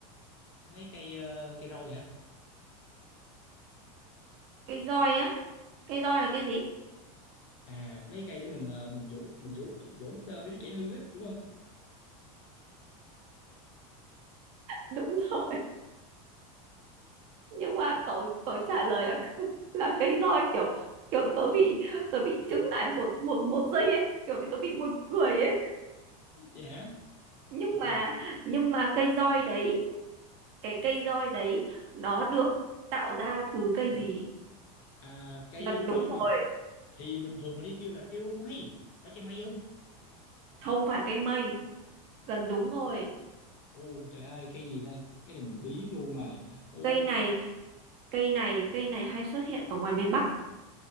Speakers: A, on the left; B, on the right.
A: ờ, mấy cây ờ, cây roi hả
B: cây roi á cây roi là cái gì
A: à mấy cây để mình ờ, mình vỗ đít mình vỗ vỗ đít ờ, mấy đứa trẻ hư á đúng không
B: đúng rồi nhưng mà cậu cậu trả lời là <laughs> là cây roi kiểu kiểu tớ bị tớ bị chững lại một một một giây ấy kiểu bị tớ bị buồn cười ấy
A: vậy hả
B: nhưng
A: ồ
B: mà nhưng mà cây roi đấy cái cây roi đấy nó được tạo ra từ cây
A: ồ
B: gì
A: à cây
B: gần đúng
A: roi
B: rồi
A: thì bình thường mình đi kêu là cây roi mây phải cây mây không
B: không phải cây mây gần đúng rồi
A: ồ trời ơi cây gì ta cái này mình bí luôn rồi ồ
B: cây này cây này cây này hay xuất hiện ở ngoài miền Bắc